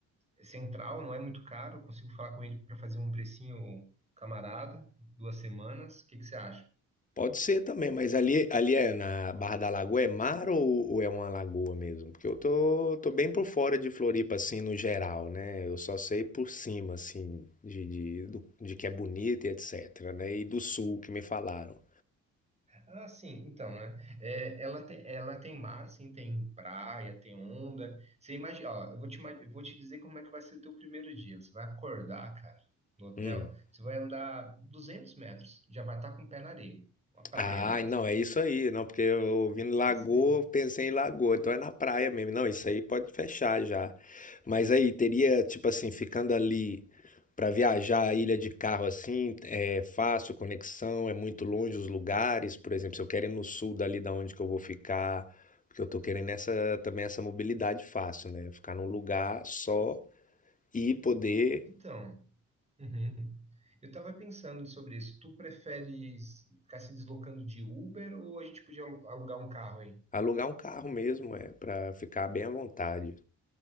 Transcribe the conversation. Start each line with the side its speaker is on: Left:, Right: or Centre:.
Right: central, não é muito caro. Consigo falar com ele para fazer um precinho camarada, duas semanas. O que, que você acha?
Left: Pode ser também, mas ali, ali é na Barra da Lagoa, é mar ou, ou é uma lagoa mesmo? Porque eu tô, tô bem por fora de Floripa, assim, no geral, né? Eu só sei por cima, assim, de, de, do- de que é bonito e etc, né? E do sul que me falaram.
Right: Ah, sim, então, né? É, ela tem, ela tem mar, sim, tem praia, tem onda. Você imagina, ó, eu vou te, ima- eu vou te dizer como é que vai ser o teu primeiro dia. Você vai acordar, cara, no hotel,
Left: Hum.
Right: você vai andar 200 metros, já vai estar com o pé na areia, uma praia
Left: Ah,
Right: mesmo.
Left: não, é isso aí, não, porque eu ouvindo lagoa,
Right: Isso aí.
Left: pensei em lagoa, então é na praia mesmo. Não, isso aí pode fechar já. Mas aí teria, tipo assim, ficando ali pra viajar a ilha de carro assim, é fácil conexão, é muito longe os lugares, por exemplo, se eu quero ir no sul dali da onde que eu vou ficar, porque eu tô querendo essa também essa mobilidade fácil, né? Ficar num lugar só
Right: E-
Left: e poder
Right: então, uhum. Eu tava pensando sobre isso. Tu prefere ficar se deslocando de Uber ou a gente podia alu- alugar um carro
Left: alugar um carro mesmo, é, para ficar bem à vontade.